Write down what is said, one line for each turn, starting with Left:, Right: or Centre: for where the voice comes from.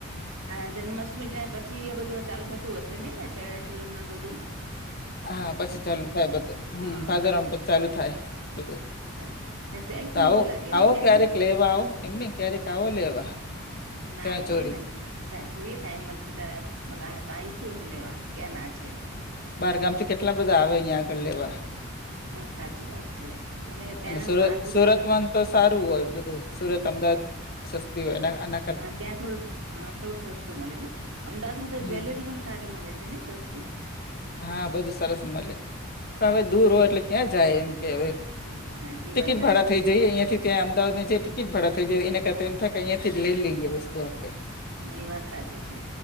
Right: હ જન્માષ્ટમી જાય ને. પછી એ બધું ચાલુ થતું હશે નહી ચણીયા ચોળી ને બધું
Left: હા પછી ચાલુ થાય બધું હમ
Right: હા
Left: ભાદરમાં ચાલુ થાય. બધું
Right: સર ને સેલ પણ
Left: તો આવો
Right: બહુ લાગે ને
Left: આવો
Right: ત્યાં
Left: ક્યારેક
Right: કન
Left: લેવા આવો. એમને ક્યારેક આવો લેવા.
Right: અને
Left: ચણચોરી
Right: આઈએ ને ટાઈમ જોઈએ ટાઈમ મળશે તારે આવશું પર આયશુ લેવા ક્યાં ના છે.
Left: બાર ગામ થી કેટલા બધા આવે અહિયાં આગળ લેવા.
Right: હા સાચી વાત છે અમે ત્યાંનો
Left: અને સુરત
Right: માલ બધો
Left: સુરતમાં
Right: બસ
Left: તો સારું હોય બધું હોય સુરત અમદાવાદ સસ્તી હોય આના
Right: હા ત્યાં થોડું હા થોડું સસ્તું મળે ને અમદાવાદમાં તો
Left: હમ
Right: જ્વેલરી પણ સારી મળે છે ને સસ્ત <unintelligible> <unintelligible>
Left: હા બધું સરસ મળે પણ હવે
Right: બરોબર
Left: દૂર હોય એટલે ક્યાં જાય એમ કે હવે
Right: હા એ
Left: ટિકિટ
Right: વાત સાચી
Left: ભાડા થઈ જઈ અહીંયા થી ત્યાં અમદાવાદ ની જે ટિકિટ ભાડા થઈાય એના કરતા એમ થ અહીંયાથી લઈ લઈએ વસ્તુ આપણે
Right: હા એ વાત સાચી છે